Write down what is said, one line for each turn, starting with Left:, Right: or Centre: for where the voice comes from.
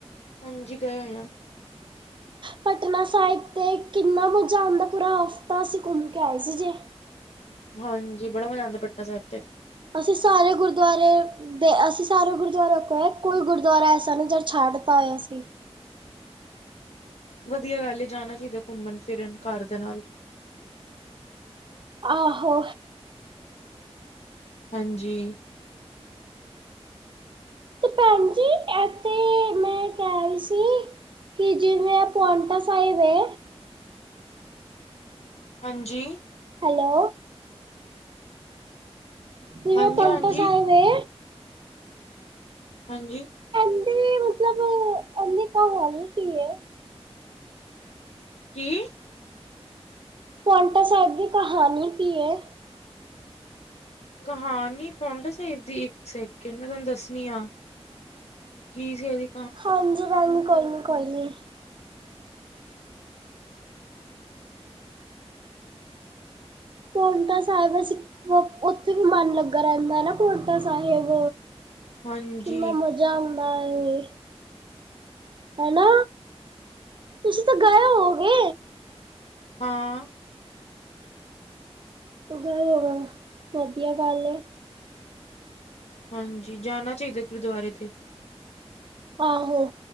Left: ਹਾਂਜੀ ਗਏ ਹੋਣੇ ਆ।
Right: ਪਟਨਾ ਸਾਹਿਬ ਤੇ ਕਿੰਨਾ ਮਜਾ ਆਂਦਾ ਪੂਰਾ ਹਫ਼ਤਾ ਅਸੀਂ ਘੁੰਮ ਕੇ ਆਏ ਸੀ ਜੇ।
Left: ਹਾਂਜੀ, ਬੜਾ ਮਜ਼ਾ ਆਂਦੈ ਪਟਨਾ ਸੈਬ ਤੇ।
Right: ਅਸੀਂ ਸਾਰੇ ਗੁਰਦੁਆਰੇ ਦੇ ਅਸੀਂ ਸਾਰੇ ਗੁਰਦੁਆਰਾ ਹੋਕੇ ਆਏ ਕੋਈ ਗੁਰਦੁਆਰਾ ਐਸਾ ਨੀ ਜੇਦ ਛੱਡ ਤਾ ਹੋਏ ਅਸੀਂ।
Left: ਵਧੀਆ ਗੱਲ ਏ, ਜਾਣਾ ਚਾਈਦੈ ਘੁੰਮਣ-ਫਿਰਨ ਘਰ ਦੇਆ ਨਾਲ।
Right: ਆਹੋ।
Left: ਹਾਂਜੀ।
Right: ਭੈਣ ਜੀ ਇਥੇ ਤੇ ਮੈਂ ਕੈ ਰੀ ਸੀ ਕਿ ਜਿਵੇਂ ਐ ਪੋੰਟਾ ਸਾਹਿਬ ਏ
Left: ਹਾਂਜੀ।
Right: ਹੈਲੋ। ਜਿਵੇਂ
Left: ਹਾਂਜੀ
Right: ਪੋੰਟਾ
Left: ਹਾਂਜੀ
Right: ਸਾਹਿਬ ਏ
Left: ਹਾਂਜੀ।
Right: ਐੰਦੀ ਮਤਲਬ ਐੰਦੀ ਕਹਾਣੀ ਕੀ ਏ?
Left: ਕੀ?
Right: ਪੋੰਟਾ ਸੈਬ ਦੀ ਕਹਾਣੀ ਕੀ ਏ?
Left: ਕਹਾਣੀ ਪੋੰਟਾ ਸਾਹਿਬ ਦੀ, ਇੱਕ ਸੈਕਿੰਡ ਮੈਂ ਤੁਆਨ ਦੱਸਣੀ ਆਂ। ਕੀ ਸੀ ਐਦੀ
Right: ਹਾਂਜੀ ਬੈਨ ਕੋਈ ਨੀ ਕੋਈ ਨੀ ਪੋੰਟਾ ਸਾਹਿਬ ਅਸੀ ਉੱਥੇ ਵੀ ਮਨ ਲੱਗਾ ਰਹਿੰਦਾ ਐ ਨਾ ਪੋੰਟਾ ਸਾਹਿਬ।
Left: ਹਾਂਜੀ
Right: ਕਿੰਨਾ ਮਜ਼ਾ ਆੰਦਾ ਏ ਹੈਨਾ ਤੁਸੀਂ ਤਾਂ ਗਏ ਹੋਔਗੇ
Left: ਹਾਂ।
Right: ਗਏ ਹੋਣੇ ਵਦੀਆ ਗੱਲ ਏ
Left: ਹਾਂਜੀ ਜਾਨਾ ਚਾਹੀਦਾ ਗੁਰਦੁਆਰੇ ਤੇ
Right: ਆਹੋ